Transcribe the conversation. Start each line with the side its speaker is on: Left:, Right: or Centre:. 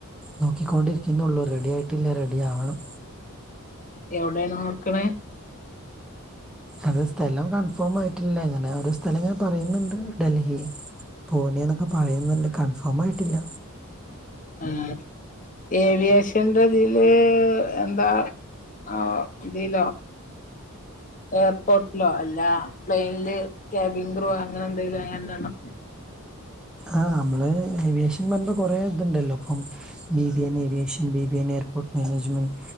Centre: നോക്കിക്കൊണ്ടിരിക്കുന്നുള്ളൂ റെഡി ആയിട്ടില്ല റെഡി ആവണം
Left: ഇജ് ഔടെണോ നോക്ണേ?
Centre: അത് സ്ഥലം കൺഫേം ആയിട്ടില്ല ഇങ്ങനെ ഓരോ സ്ഥലം ങ്ങനെപറയ്ന്ന് ണ്ട് ഡൽഹി പൂനേന്നൊക്കെ പറയുന്നുണ്ട് കൺഫേം ആയിട്ടില്ല.
Left: ആഹ് ഏവിയേഷൻന്റെ തില് എന്താ ആഹ് തിലോ എയർപോർട്ടിലോ അല്ല പ്ലെയ്നില് കബിൻ ക്രൂ അങ്ങനെ എന്തെങ്കിലും ആയിങ്ങാണ്ടാണോ
Centre: ആഹ് അമ്മള് ഏവിയേഷൻ പറയുമ്പോ കൊറേ ഇത്ണ്ടല്ലോ അപ്പം B B N aviation B B N airport management.